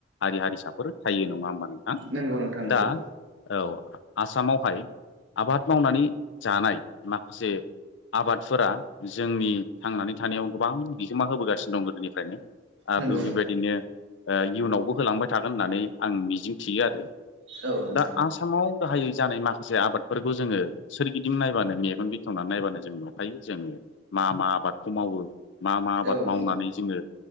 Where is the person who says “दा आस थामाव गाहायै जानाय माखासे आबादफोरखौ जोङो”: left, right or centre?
Left